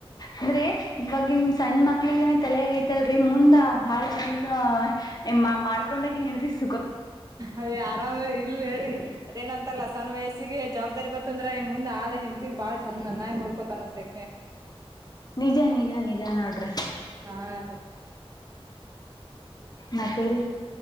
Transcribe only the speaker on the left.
ಅಂದ್ರೆ ಇವಾಗಿನ್ ಸಣ್ಣ ಮಕ್ಳಿಗಏನ ತಲೆ ಆಗೈತಿ ಲ್ರರಿ ಮುಂದ ಬಾಳ ಚಂದ ಮಾಡ್ಕೊಂಡಾಗ ಹೆಣದಿಸ
ನಿಜ ನಿಜ ನಿಜ ನೋಡ್ರಿ
ಮತ್ತೇರಿ